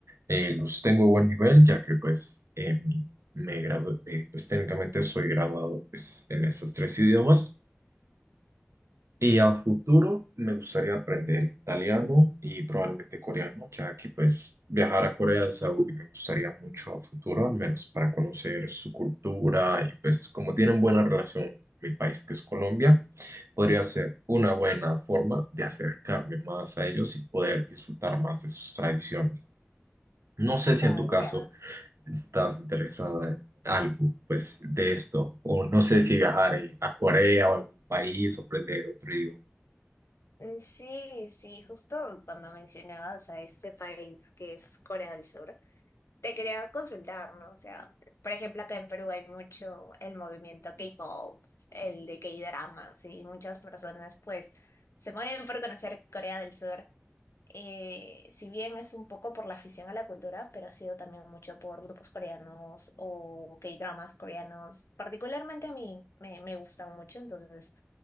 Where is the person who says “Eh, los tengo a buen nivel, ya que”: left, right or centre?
Right